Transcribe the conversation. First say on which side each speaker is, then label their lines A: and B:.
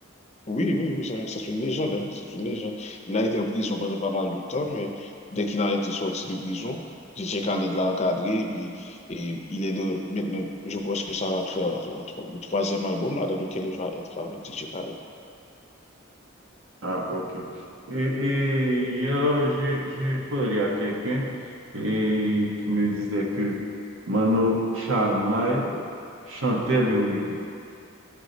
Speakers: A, on the left; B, on the right.
A: oui, oui, oui, c'est c'est une légende, hein, c'est une légende. Il a été en prison pendant pas mal de temps, mais dès qu'il a été sorti de prison, DJ Khaled l'a encadré, et puis et il est de, maintenant, je pense que ça va faire la- la- le troisième album là, dans lequel il va être avec DJ Khaled.
B: Ah, ok. Et, et hier, j'ai j'ai parlé à quelqu'un et qui me disait que Mano Chalmai chantait le reggae.